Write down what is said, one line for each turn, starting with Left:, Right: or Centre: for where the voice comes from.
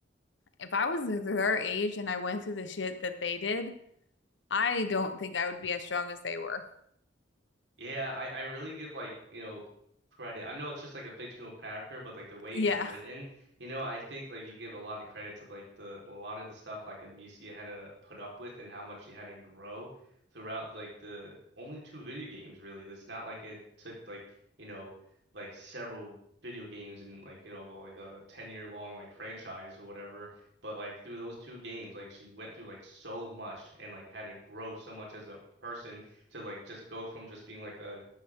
Left: if I was their age and I went through the shit that they did, I don't think I would be as strong as they were.
Right: Yeah, I, I really give like, you know, credit. I know it's just like a fictional character, but like the way
Left: Yeah.
Right: it's written, you know, I think like you give a lot of credit to like the a lot of the stuff like Amicia had to put up with and how much she had to grow throughout like the only two video games really. It's not like it took like, you know, like several video games and like, you know, like a 10 year long like franchise or whatever, but like through those two games, like she went through like so much and like had to grow so much as a person to like just go from just being like a,